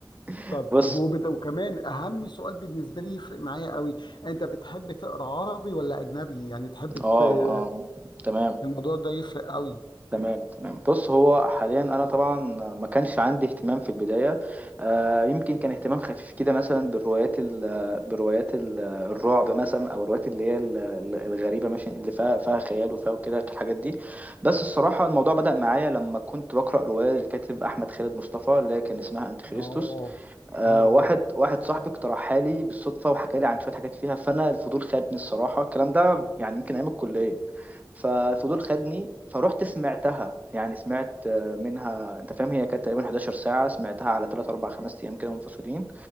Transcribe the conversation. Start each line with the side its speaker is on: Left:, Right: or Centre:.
Right: <laughs>
Left: طب
Right: بص
Left: والبوبدا وكمان اهم سؤال بالنسبه لي يفرق معايا قوي انت بتحب تقرا عربي ولا اجنبي يعني تحب
Right: اه
Left: ت-
Right: اه تمام
Left: الموضوع ده يفرق قوي
Right: تمام تمام بص هو حاليا انا طبعا ما كانش عندي اهتمام في البدايه آه يمكن كان اهتمام خفيف كده مثلا بالروايات ال بالروايات ال الرعب مثلا او الروايات اللي هي ال- ال- الغريبه ماشي اللي فيها فيها خيال وفيها وكده الحاجات دي بس الصراحه الموضوع بدا معايا لما كنت بقرا روايه للكاتب احمد خالد مصطفى اللي هي كان اسمها انتي خريستوس
Left: اه
Right: آه
Left: حلو
Right: واحد
Left: قوي
Right: واحد صاحبي اقترحها لي بالصدفه وحكى لي عن شويه حاجات فيها فانا الفضول خدني الصراحه الكلام ده يعني يمكن ايام الكليه ففضول خدني فروحت سمعتها يعني سمعت آه، منها انت فاهم هي كانت تقريبا 11 ساعة سمعتها على 3 4 5 ايام كده منفصلين